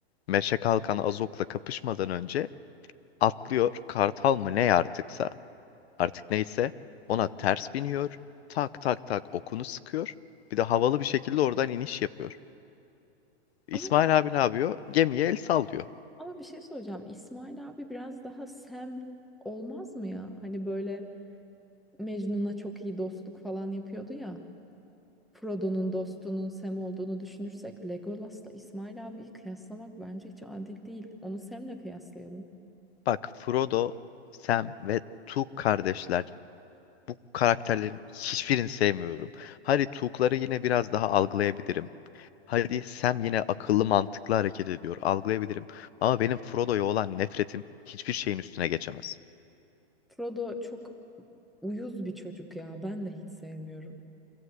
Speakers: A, on the left; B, in the centre.
A: Meşe Kalkan Azok'la kapışmadan önce atlıyor. Kartal mı ne artıksa artık neyse ona ters biniyor. Tak tak tak okunu sıkıyor. Bir de havalı bir şekilde oradan iniş yapıyor. İsmail
B: Ama
A: abi ne yapıyor? Gemiye el sallıyor.
B: ama bir şey soracağım. İsmail abi biraz daha Sam olmaz mı ya? Hani böyle Mecnun'a çok iyi dostluk falan yapıyordu ya. Frodo'nun dostunun Sam olduğunu düşünürsek Legolas'la İsmail abiyi kıyaslamak bence hiç adil değil. Onu Sam'le kıyaslayalım.
A: Bak Frodo, Sam ve Tuk kardeşler. Bu karakterlerin hiçbirini sevmiyorum. Hadi Tuk'ları yine biraz daha algılayabilirim. Hadi Sam yine akıllı mantıklı hareket ediyor. Algılayabilirim. Ama benim Frodo'ya olan nefretim hiçbir şeyin üstüne geçemez.
B: Frodo çok uyuz bir çocuk ya. Ben de hiç sevmiyorum.